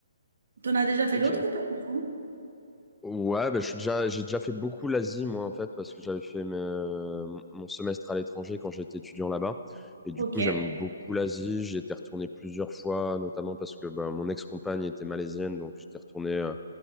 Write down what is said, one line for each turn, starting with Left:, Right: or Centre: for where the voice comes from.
Right: T'en as déjà fait
Centre: Ok.
Right: d'autres ou pas du tout?
Centre: Ouais, bah, je suis déjà, j'ai déjà fait beaucoup l'Asie, moi, en fait, parce que j'avais fait mes- mon semestre à l'étranger quand j'étais étudiant là-bas. Et du
Right: Ok.
Centre: coup, j'aime beaucoup l'Asie. J'y étais retourné plusieurs fois, notamment parce que bah, mon ex-compagne était malaisienne, donc j'étais retourné euh,